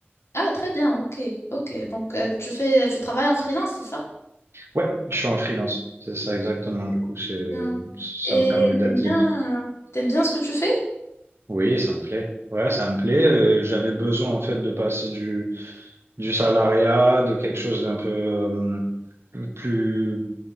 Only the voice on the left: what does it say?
Ah, très bien, ok, ok. Donc euh, tu fais, tu travailles en freelance, c'est ça?
Bien.
Et
t'aimes bien,
euh, t'aimes bien ce que tu fais?